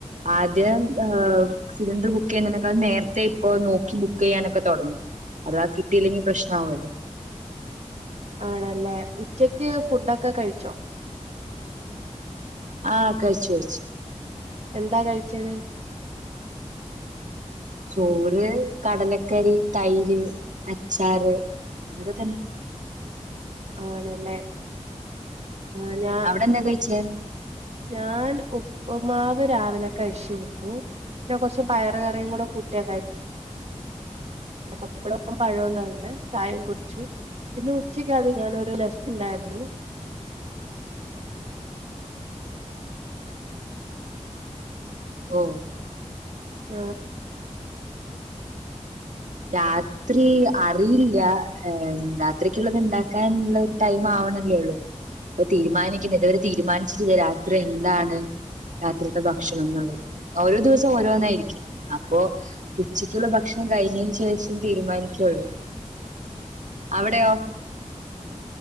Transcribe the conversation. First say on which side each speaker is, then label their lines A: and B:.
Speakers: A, on the right; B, on the right.
A: ആദ്യം ഹ് സിലിണ്ടർ ബുക്കെയ്യുന്ന തിനൊക്കെ നേരത്തെ ഇപ്പ നോക്കി ബുക്കെയ്യാനൊക്കെതൊടങ്ങി. അതാ കിട്ടിയില്ലെങ്കി പ്രശ്നാ വുമല്ലോ?
B: ആണല്ലേ? ഉച്ചക്ക് ഫുഡൊക്കെ കഴിച്ചോ?
A: ആ കഴിച്ചു കഴിച്ചു.
B: എന്താ കഴിച്ചത്?
A: ചോറ്, കടലക്കറി, തൈര്, അച്ചാര് അതൊക്കെ തന്ന.
B: ആണല്ലേ ആ ഞാ
A: അവിടെ എന്താ കഴിച്ചേ
B: ഞാൻ ഉപ്പ്മാവ് രാവിലെ കഴിച്ചിരുന്നു. ഞാൻ കുറച്ച് പയറുകറിയും കൂടെ കൂട്ടിയാ കഴി പപ്പടവും പഴവും ഉണ്ട് ചായയും കുടിച്ചു. പിന്നെ ഉച്ചക്ക് അത് ഞാനൊരു ലസ്റ്റ് ഉണ്ടായിരുന്നു.
A: ഓ
B: ആ
A: രാ ത്രി അറിയില്ല രാത്രിക്കുള്ളത് ഉണ്ടാക്കാനുള്ളൊരു ടൈം ആവണല്ലേള്ളു. ഇപ്പൊ തീരുമാനിക്കുന്നത് ഇതുവരെ തീരുമാനിച്ചിട്ടില്ല രാത്രി എന്താണ് രാത്രിത്തെ ഭക്ഷണംഎന്നുള്ളത് ഓരോ ദിവസം ഓരോന്നായിരിക്കും. അപ്പോ ഉച്ചക്കുള്ള ഭക്ഷണം കഴിഞ്ഞ ശേഷം തീരുമാനിക്കുള്ളൂ. അവിടെയോ?